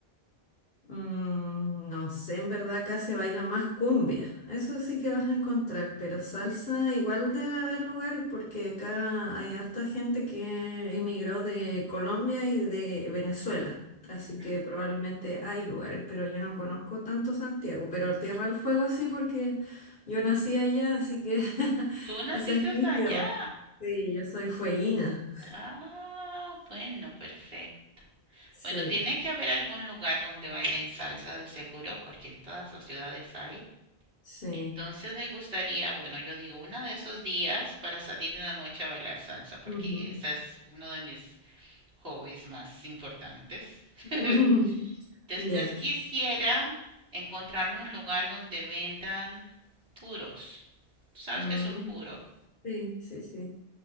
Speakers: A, on the left; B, on the right.
A: Mm, no sé, en verdad acá se baila más cumbia. Eso sí que vas a encontrar, pero salsa igual debe haber lugares porque acá hay harta gente que emigró de Colombia y de Venezuela. Así
B: Ujú.
A: que probablemente hay lugares, pero yo no conozco tanto Santiago, pero Tierra del Fuego sí porque yo nací allá, así que <laughs>
B: Tú naciste
A: esa es mi tierra.
B: allá.
A: Sí, yo soy fueguina.
B: Ah, bueno, perfecto.
A: Sí,
B: Bueno, tiene que haber algún lugar donde bailen salsa de seguro, porque en todas las ciudades hay.
A: sí.
B: Entonces me gustaría, bueno, yo digo, uno de esos días para salir en la noche a bailar salsa, porque
A: Ujú.
B: ese es uno de mis hobbies más importantes.
A: <laughs>
B: <laughs> Después
A: Ya.
B: quisiera encontrarme un lugar donde vendan puros. ¿Tú sabes
A: Mm.
B: qué es un puro?
A: Sí, sí, sí.